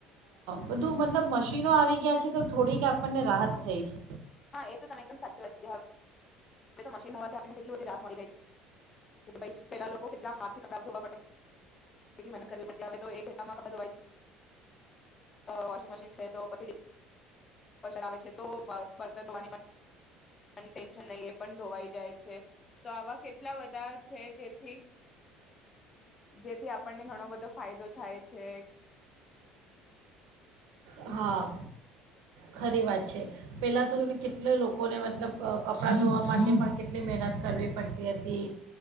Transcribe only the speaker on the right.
બધું મતલબ મશીનો આવી ગયા છે તો થોડીક આપણને રાહત થઈ છે.
હા, ખરી વાત છે, પહેલાં તો એને કેટલા લોકોને મતલબ કપડાં ધોવા માટે પણ કેટલી મહેનત કરવી પડતી હતી,